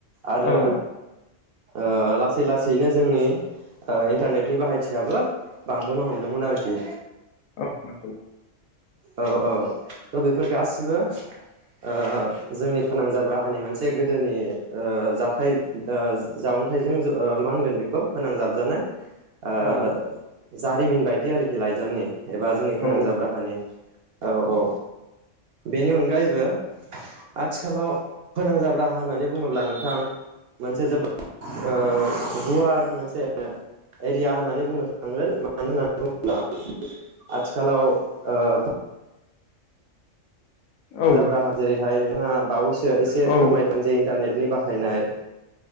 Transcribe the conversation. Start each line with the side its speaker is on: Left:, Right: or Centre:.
Right: आरो
Left: औ
Right: ओ लासै लासैनो जोंनि ओ इन्टारनेटनि बाहायथियाबो बांबोनो हमदोंमोन आरोखि।
Left: औ नोंगौ।
Right: औ औ त' बेफोर गासिबो ओ जोंनि फोनांजाब राहानि मोनसे गोदोनि ओ जाथाय ओ जावन्थाइजों ओ मा होनगोन बेखौ फोनांजाब जानाय ओ
Left: औ
Right: जारिमिन बायदि आरोखि लाइजामनि एबा जोंनि फोनांजाब
Left: औ
Right: राहानि औ औ। बेनि अनगायैबो आथिखालाव फोनांजाब होननानै बुङोब्ला नोंथां मोनसे जोबोद ओ गुवार मोनसे एरिया होननानै बुंनो थां <unintelligible> मानो होननानै बुङोब्ला आथि खालाव ओ
Left: औ
Right: जाब राहा जेरै फ्राय नोंहा बावैसो एसे
Left: औ
Right: फोरमायदों जे इन्टारनेट नि बाहायनाय